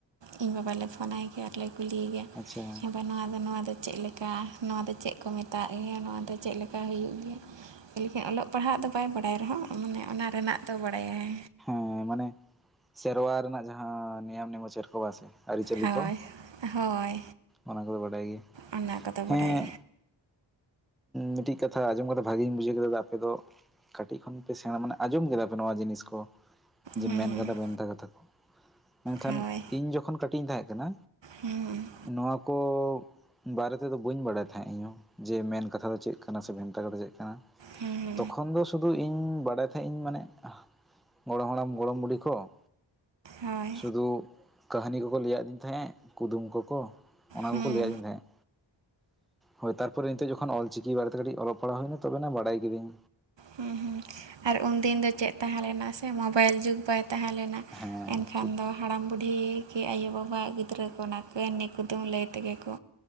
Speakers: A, on the right (about 70°); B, in the centre.
A: ᱤᱧ ᱵᱟᱵᱟ ᱞᱮ ᱯᱷᱳᱱᱟᱭ ᱜᱮᱭᱟ ᱟᱨᱞᱮ ᱠᱩᱞᱤᱭᱮ ᱜᱮᱭᱟ
B: ᱟᱪᱪᱷᱟ
A: ᱦᱮᱸ ᱵᱟ ᱱᱚᱣᱟ ᱫᱚ ᱱᱚᱣᱟ ᱫᱚ ᱪᱮᱫ ᱞᱮᱠᱟ ᱱᱚᱣᱟ ᱫᱚ ᱪᱮᱫ ᱠᱚ ᱢᱮᱛᱟᱜ ᱜᱮᱭᱟ ᱱᱚᱣᱟ ᱫᱚ ᱪᱮᱫ ᱞᱮᱠᱟ ᱦᱩᱭᱩᱜ ᱜᱮᱭᱟ ᱞᱮᱠᱤᱱ ᱚᱞᱚᱜ ᱯᱟᱲᱦᱟᱜ ᱫᱚ ᱵᱟᱭ ᱵᱟᱰᱟᱭ ᱨᱮᱦᱚᱸ ᱢᱟᱱᱮ ᱚᱱᱟ ᱨᱮᱱᱟᱜ ᱫᱚ ᱵᱟᱲᱟᱭᱟᱭ
B: ᱚ ᱢᱟᱱᱮ ᱥᱮᱨᱣᱟ ᱨᱮᱱᱟᱜ ᱡᱟᱦᱟᱸ ᱱᱤᱭᱚᱢ ᱱᱮᱢᱟᱪᱟᱨ ᱠᱚ ᱵᱟᱝ ᱥᱮ ᱟᱹᱨᱤᱪᱟᱹᱞᱤ
A: ᱦᱳᱭ
B: ᱠᱚ
A: ᱦᱳᱭ
B: ᱚᱱᱟ ᱠᱚᱫᱚ ᱵᱟᱰᱟᱭ ᱜᱮ
A: ᱚᱱᱟ ᱠᱚᱫᱚ
B: ᱦᱮᱸ
A: ᱵᱟᱰᱟᱭ
B: ᱢᱤᱫᱴᱤᱡ ᱠᱟᱛᱷᱟ ᱟᱸᱡᱚᱢ ᱠᱟᱛᱮᱫ ᱵᱷᱟᱜᱤᱧ ᱵᱩᱡᱷᱟᱹᱣ ᱠᱮᱫᱟ ᱟᱯᱮ ᱫᱚ ᱠᱟᱹᱴᱤᱡ ᱠᱷᱚᱱ ᱯᱮ ᱥᱮᱬᱟ ᱢᱟᱱᱮ ᱟᱸᱡᱚᱢ ᱠᱟᱫᱟ ᱯᱮ ᱱᱚᱣᱟ ᱡᱤᱱᱤᱥ ᱠᱚ ᱡᱮ
A: ᱦᱮᱸ
B: ᱢᱮᱱ ᱠᱟᱛᱷᱟ ᱵᱷᱮᱱᱛᱟ ᱠᱟᱛᱷᱟ ᱠᱚ ᱢᱮᱱᱠᱷᱟᱱ
A: ᱦᱳᱭ
B: ᱤᱧ ᱡᱚᱠᱷᱚᱱ ᱠᱟᱹᱴᱤᱡ ᱤᱧ ᱛᱟᱦᱮᱸ ᱠᱟᱱᱟ
A: ᱦᱮᱸ
B: ᱱᱚᱣᱟ ᱠᱚ ᱵᱟᱨᱮᱹ ᱛᱮᱫᱚ ᱵᱟᱹᱧ ᱵᱟᱲᱟᱭ ᱛᱟᱦᱮᱸᱫ ᱤᱧ ᱡᱮ ᱠᱟᱛᱷᱟ ᱪᱮᱫ ᱠᱟᱱᱟ ᱥᱮ ᱵᱷᱮᱱᱛᱟ ᱠᱟᱛᱷᱟ ᱪᱮᱫ ᱠᱟᱱᱟ
A: ᱦᱮᱸ
B: ᱛᱚᱠᱷᱚᱱ ᱫᱚ ᱥᱩᱫᱩ ᱤᱧ ᱵᱟᱰᱟᱭ ᱛᱟᱦᱮᱸᱫ ᱤᱧ ᱢᱟᱱᱮ ᱜᱚᱲᱚᱢ ᱦᱟᱲᱟᱢ ᱜᱚᱲᱚᱢ ᱵᱩᱰᱷᱤ ᱠᱚ
A: ᱦᱳᱭ
B: ᱥᱩᱫᱩ ᱠᱟᱹᱦᱱᱤ ᱠᱚᱠᱚ ᱞᱟᱹᱭᱟᱫᱤᱧ ᱛᱟᱦᱮᱸᱫ ᱠᱩᱫᱩᱢ ᱠᱚᱠᱚ ᱚᱱᱟ
A: ᱦᱮᱸ
B: ᱠᱚᱠᱚ ᱞᱟᱹᱭ ᱟᱫᱤᱧ ᱛᱟᱦᱮᱸᱫ ᱦᱳᱭ ᱛᱟᱯᱚᱨ ᱱᱤᱛᱚᱜ ᱡᱚᱠᱷᱚᱱ ᱚᱞ ᱪᱤᱠᱤ ᱵᱟᱨᱮᱛᱮ ᱠᱟᱹᱴᱤᱡ ᱚᱞᱚᱜ ᱯᱟᱲᱦᱟᱣ ᱦᱩᱭᱱᱟ ᱛᱚᱵᱮᱱᱟ ᱵᱟᱰᱟᱭ ᱠᱤᱫᱟᱹᱧ
A: ᱦᱮᱸ ᱦᱮᱸ ᱟᱨ ᱩᱱᱫᱤᱱ ᱫᱚ ᱪᱮᱫ ᱛᱟᱦᱮᱸ ᱞᱮᱱᱟ ᱥᱮ ᱢᱳᱵᱟᱭᱤᱞ ᱡᱩᱜᱽ ᱵᱟᱭ ᱛᱟᱦᱮᱸᱞᱮᱱᱟ
B: ᱦᱮᱸ
A: ᱮᱱᱠᱷᱟᱱ
B: ᱴᱷᱤᱠ
A: ᱫᱚ ᱦᱟᱲᱟᱢ ᱵᱩᱰᱷᱤ ᱠᱤ ᱟᱭᱳᱼᱵᱟᱵᱟᱣᱟᱜ ᱜᱤᱫᱽᱨᱟᱹ ᱠᱚ ᱚᱱᱟ ᱠᱟᱹᱦᱱᱤ ᱠᱩᱫᱩᱢ ᱞᱟᱹᱭ ᱛᱮᱜᱮ ᱠᱚ